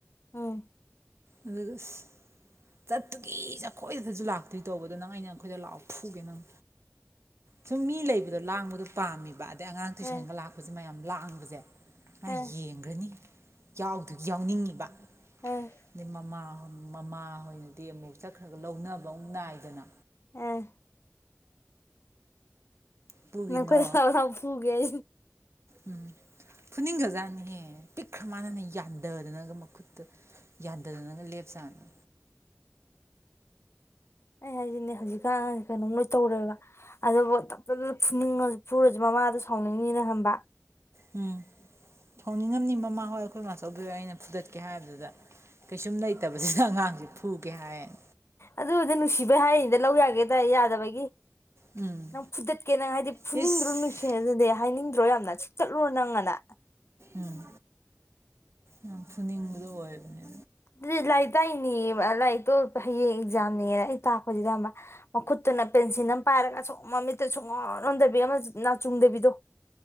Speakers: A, on the left; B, on the right.
A: ꯑꯥ
B: ꯑꯗꯨ ꯑꯁ ꯆꯠꯇꯨꯒꯤ ꯆꯈꯣꯏꯗꯗꯁꯨ ꯂꯥꯛꯇꯣꯏ ꯇꯧꯕ ꯑꯗꯨꯗ ꯅꯪ ꯑꯩꯅ ꯑꯩꯈꯣꯏꯗ ꯂꯥꯛꯑꯣ ꯐꯨꯒꯦ ꯅꯪ ꯁꯨꯝ ꯃꯤ ꯂꯩꯕꯗꯣ ꯂꯥꯡꯕꯗꯣ ꯄꯥꯝꯃꯤꯕ ꯑꯗꯩ ꯑꯉꯥꯡ ꯇꯨꯏꯁꯟꯒ
A: ꯑꯦ
B: ꯂꯥꯛꯄꯁꯤ ꯃꯌꯥꯝ ꯂꯥꯛꯕꯁꯦ ꯑꯩ
A: ꯑꯦ
B: ꯌꯦꯡꯈꯔ꯭ ꯅꯤ ꯌꯥꯎꯗꯨ ꯌꯥꯎꯅꯤꯡꯕ
A: ꯎꯝ
B: ꯑꯗꯩ ꯃꯃꯥ ꯃꯃꯥ ꯍꯣꯏꯅꯗꯤ ꯑꯃꯨꯛ ꯆꯠꯈ꯭ꯔꯒ ꯂꯧꯅꯕ ꯑꯃꯨꯛ ꯅꯥꯏꯗꯅ
A: ꯑꯝ
B: ꯄꯨꯒꯤꯅꯣ
A: ꯅꯡ ꯑꯈꯣꯏꯗ ꯂꯥꯛꯑꯣ ꯂꯥꯛꯑꯣ ꯐꯨꯒꯦ ꯍꯥꯢꯁꯤ
B: ꯎꯝ ꯐꯨꯅꯤꯡꯈꯖꯥꯠꯅꯤ ꯄꯤꯛ ꯃꯥꯟꯅꯅ ꯌꯥꯟꯗꯗꯅꯒ ꯃꯈꯨꯠꯇ ꯌꯥꯟꯗꯗꯅꯒ ꯂꯦꯞꯆꯥꯅꯤ
A: ꯑꯩ ꯍꯥꯏꯁꯤꯅꯦ ꯍꯧꯖꯤꯛꯀꯥꯟ ꯑꯉꯥꯡ ꯀꯩꯅꯣꯝ ꯂꯣꯏ ꯇꯧꯔꯦꯕ ꯑꯗꯨꯐꯥꯎ ꯇꯞ ꯇꯞ ꯐꯨꯅꯤꯡꯉ ꯐꯨꯔꯁꯨ ꯃꯃꯥꯗꯨ ꯁꯥꯎꯅꯤꯡꯅꯤꯅ ꯍꯝꯕ
B: ꯎꯝ ꯁꯥꯎꯅꯤꯡꯉꯝꯅꯤ ꯃꯃꯥ ꯍꯣꯏ ꯑꯈꯣꯏ ꯃꯥꯆꯧꯕꯤ ꯍꯣꯏ ꯑꯩꯅ ꯐꯨꯗꯠꯀꯦ ꯍꯥꯏꯕꯗꯨꯗ ꯀꯩꯁꯨꯝ ꯂꯩꯇꯕꯁꯤꯗ ꯑꯉꯥꯡꯁꯦ ꯐꯨꯒꯦ ꯍꯥꯏꯅ
A: ꯑꯗꯨꯕꯨꯗꯤ ꯅꯨꯡꯁꯤꯕꯩ ꯍꯥꯏꯔꯤꯅꯤꯗ ꯂꯧ ꯌꯥꯒꯦꯗ ꯌꯥꯗꯕꯒꯤ
B: ꯎꯝ
A: ꯅꯪ ꯐꯨꯗꯠꯀꯦ ꯅꯪ ꯍꯥꯏꯗꯤ ꯐꯨꯅꯤꯡꯗ꯭ꯔꯣ
B: ꯏꯁ
A: ꯅꯨꯡꯁꯤ ꯑꯗꯨꯗꯤ ꯍꯥꯏꯅꯤꯡꯗ <unintelligible> ꯌꯥꯝꯅ ꯁꯤꯛ ꯇꯠꯂꯨꯔ ꯅꯪ ꯑꯅ
B: ꯎꯝ ꯌꯥꯝ ꯐꯨꯅꯤꯡꯕꯗꯣ ꯑꯣꯏꯕꯅꯦ
A: ꯗꯨꯗꯤ ꯂꯥꯏꯔꯤꯛ ꯇꯥꯛꯏꯅꯦꯌꯦ ꯑꯥ ꯂꯥꯏꯔꯤꯛꯇꯣ ꯍꯌꯦꯡ ꯑꯦꯛꯖꯥꯝꯅꯦ ꯑꯩ ꯇꯥꯛꯄꯁꯤꯗ ꯑꯃ ꯃꯈꯨꯠꯇꯨꯅ ꯄꯦꯟꯁꯤꯟ ꯑꯝ ꯄꯥꯏꯔꯒ ꯁꯨꯡ ꯃꯃꯤꯠꯇ ꯁꯨꯡꯑꯣꯟ ꯑꯣꯟꯗꯕꯤ ꯑꯃ ꯅꯥ ꯆꯨꯡꯗꯕꯤꯗꯣ